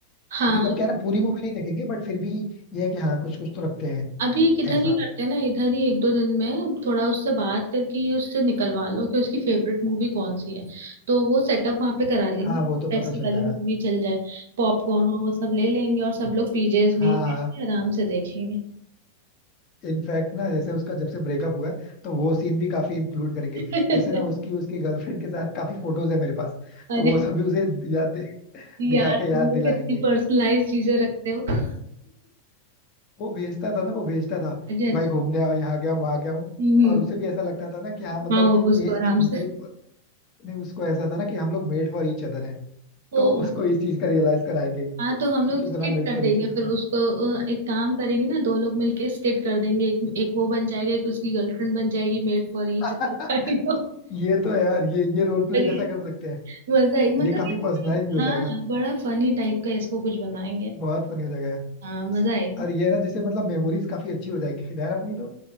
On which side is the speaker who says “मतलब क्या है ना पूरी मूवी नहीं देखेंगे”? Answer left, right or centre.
Left